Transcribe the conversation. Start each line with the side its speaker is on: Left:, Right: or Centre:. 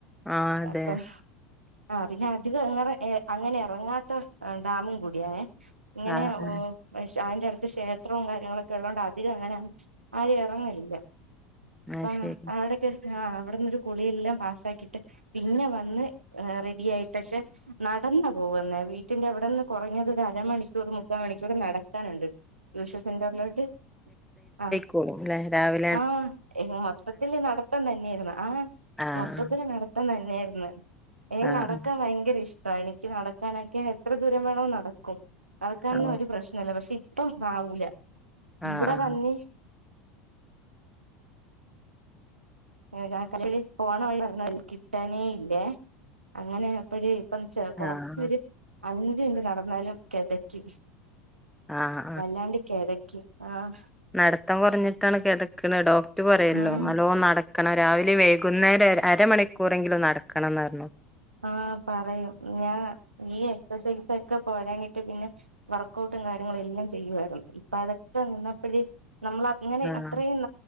Centre: ആഹ് അതെ
Right: അപ്പൊ. ആഹ് പിന്നെ അധികം അങ്ങരെ ഏഹ് അങ്ങനെ എറങ്ങാത്ത ഡാമും കൂടിയായേ. ഇങ്ങനെ
Centre: ആഹ്
Right: ഓ
Centre: ആഹ്
Right: അതിന്റെ അടുത്ത് ക്ഷേത്രവും കാര്യങ്ങളൊക്കെ ഉള്ളതോണ്ട് അധികം അങ്ങനെ ആര്. ഇങ്ങല്ല
Centre: അത്
Right: അപ്പ
Centre: ശരി
Right: അവിടക്കെ ആഹ് അവിട്ന്നൊരു കുളിയെല്ലാം പാസ്സാക്കീട്ട് പിന്നെ വന്ന് റെഡി ആയിട്ടൊക്കെ ന്നടന്നാ പോകുന്നെ വീട്ടിന്റെ വടെന്ന് കൊറഞ്ഞത് ഒരു അരമണിക്കൂർ മുക്കാ മണിക്കൂറ് ന്നടക്കാനുണ്ട്. ട്ടൂഷെൻ സെന്റർലോട്ട് ആഹ്
Centre: കൂളിങ്ലേ രാവി
Right: ആഹ് മൊത്തത്തില് നടത്തം തന്നെയേര്ന്നു ആഹ്
Centre: ആഹ്
Right: മൊത്തത്തില് നട ഇപ്പം തന്നെയായിരുന്നു ഇനി
Centre: ആഹ്
Right: ന്നടക്കാം ഭയങ്കര ഇഷ് എനിക്ക് ന്നടക്കാനൊക്കെ എത്ര ദൂരം വേണോ ന്നടക്കും ന്നടക്കാനോന്നും
Centre: ഓ
Right: ഒരു പ്രശ് പക്ഷെ ഇപ്പം ആവൂല
Centre: ആഹ്
Right: ഇവടെ വന്ന് <unintelligible> <unintelligible> കിട്ടാനേ ഇല്ലേ അങ്ങനെ അപ്പഴേയ് പ്പം ചെ കൊറച്ചരു
Centre: ആഹ് ആഹ്
Right: അഞ്ച് മിനിറ്റ് ന്നടന്നാലും കെതക്കും.
Centre: ആഹ്
Right: വല്ലാണ്ട് കെതക്കും ആഹ്.
Centre: ന്നടത്തം കൊറഞ്ഞിട്ടാണ് കെതക്ക്നത് ഡോക്ടറ് പറയല്ലോ
Right: ആഹ്
Centre: ന്നല്ലോം ന്നടക്കണം രാവി വൈകുന്നേരം അരമണിക്കൂറെങ്കിലും ന്നടക്കണം ന്നർഞ്ഞു.
Right: ആഹ് പറയും ഞാ ഈ എക്സസൈസൊക്കെ പോരാഞ്ഞിട്ട് പിന്നെ വർകൗട്ടും കാര്യങ്ങളും എല്ലാം ചെയ്യുവായിരുന്നു ഇപ്പ അതൊക്കെ നിന്നപ്പഴ് ന്നമ്മളാ ഇങ്ങനെ
Centre: ആഹ്
Right: അത്രയും